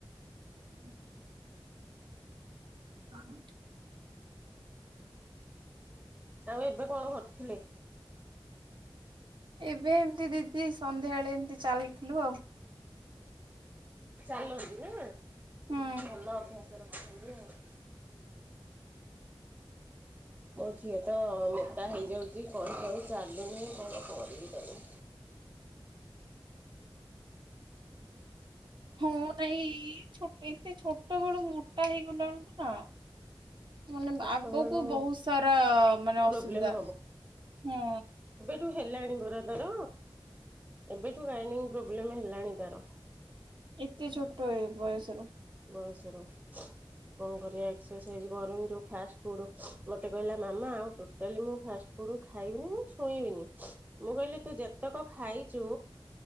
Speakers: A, on the right (about 60°); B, on the right (about 20°).
A: ହୁଁ <unintelligible>
B: ଆଉ ଏବେ କଣ କରୁଥିଲେ?
A: ଏବେ ଏମତି ଦିଦି ସନ୍ଧ୍ୟାବେଳେ ଏମିତି ଚାଲିଥିଲୁ ଆଉ।
B: ଚାଲନ୍ତି ନା
A: ହୁଁ
B: ଭଲ ଅଭ୍ୟାସ ରଖିଛନ୍ତି ଆଉ। ମୋ ଝିଅ ତ ମୋଟା ହେଇଯାଉଛି କଣ କହିମି ଚାଲୁନି କଣ କରିବି ତାକୁ?
A: ହଁ ନାଇଁ ଛୋଟେ ଏତେ ଛୋଟ ବେଳୁ ମୋଟା ହେଇଗଲା ବେଳକୁ ନା ମାନେ
B: ଛୋଟବେଳୁ
A: ଆଗକୁ ବହୁତ ସାରା ମାନେ
B: ପ୍ରୋବ୍ଲେମ୍
A: ଅସୁବିଧା ହୁଁ।
B: ଠୁ ହେଲାଣି ପରା ତାର ଏବେଠୁ ଗାଇନିଂ ପ୍ରୋବ୍ଲେମ ହେଲାଣି ତାର।
A: ଏତେ ଛୋଟ ଏଳୁ ବୟସରୁ।
B: ବୟସରୁ। କଣ କରିବା ଏକ୍ସରସାଇଜ୍ କରୁନି ଯୋଉ ଫାଷ୍ଟ ଫୁଡ଼୍ ମୋତେ କହିଲା ମାମା ଆଉ ଟୋଟାଲି ମୁଁ ଫାଷ୍ଟ ଫୁଡ଼ୁ ଖାଇମିନି ମୁଁ ଛୁଇଁବିନି ମୁଁ କହିଲି ତୁ ଯେତେକ ଖାଇଛୁ